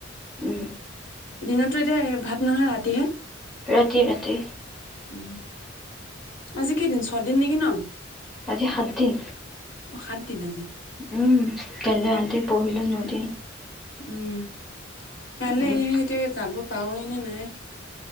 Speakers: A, in the centre; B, on the left.
A: উম
B: দিনততো এতিয়া ভাত নহয় ৰাতিহে
A: ৰাতি ৰাতি
B: উ আজি কেইদিন ছদিন নেকি ন
A: আজি সাত দিন
B: অ সাত দিন আজি
A: উম কলো আ যি পহিলো নদি
B: উম কাইলে
A: উম
B: ইহতে যাব পাওঁৱে নে নাই